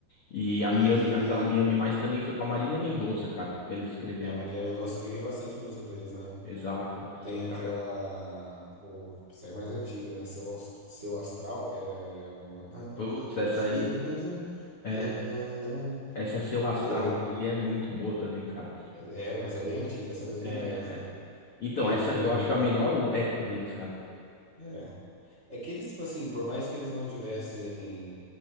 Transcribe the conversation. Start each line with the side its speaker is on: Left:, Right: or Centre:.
Left: e a
Right: Tem
Left: Miami,
Right: aquele.
Left: aquela Miami Mais também foi com a Marília Mendonça, cara, que eles escreveram.
Right: É, a Marília Mendonça escrevia bastante música pra eles, né?
Left: Exato.
Right: Tem aquela.
Left: Cara,
Right: O, essa é mais antiga, né? Seu, Aus- Seu Astral, que é alguma. "Na, na,
Left: putz,
Right: na,
Left: essa
Right: na, Seu
Left: aí,
Right: sorriso.
Left: é,
Right: na, na, na".
Left: essa Seu Astral
Right: Tem.
Left: aí é muito boa também, cara.
Right: É, mas é bem antiga, essa é 2010,
Left: É,
Right: né?
Left: então,
Right: Tem.
Left: essa eu acho que foi a melhor época deles, cara.
Right: É. É que eles, tipo assim, por mais que eles não tivessem.